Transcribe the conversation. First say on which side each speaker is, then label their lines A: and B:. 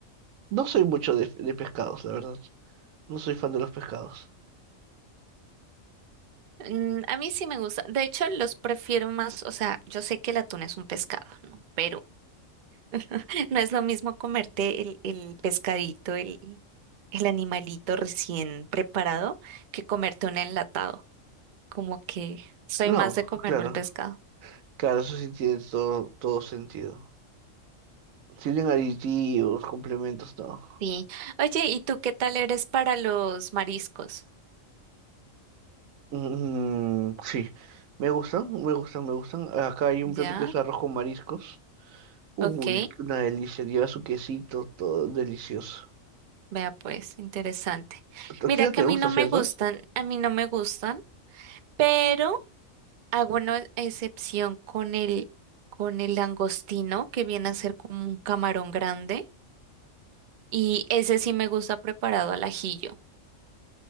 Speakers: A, on the right; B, on the right.
A: no soy mucho de, de pescados, la verdad. No soy fan de los pescados.
B: Mm, a mí sí me gusta. De hecho, los prefiero más, o sea, yo sé que el atún es un pescado, ¿no? Pero <laughs> no es lo mismo comerte el, el pescadito, el, el animalito recién preparado, que comerte un enlatado. Como que soy
A: No,
B: más de comerme
A: claro.
B: el pescado.
A: Claro, eso sí tiene todo, todo sentido. Tienen aditivos, complementos, no.
B: Sí. Oye, ¿y tú qué tal eres para los mariscos?
A: Mm, sí, me gustan, me gustan, me gustan. Acá hay un
B: ¿Ya?
A: plato que es arroz con mariscos. Uy,
B: Ok.
A: una delicia, lleva su quesito, todo delicioso.
B: Vea pues, interesante. Mira
A: A ti no
B: que
A: te
B: a mí
A: gusta,
B: no
A: ¿cierto?
B: me gustan, a mí no me gustan, pero... Hago una excepción con el, con el langostino, que viene a ser como un camarón grande, y ese sí me gusta preparado al ajillo.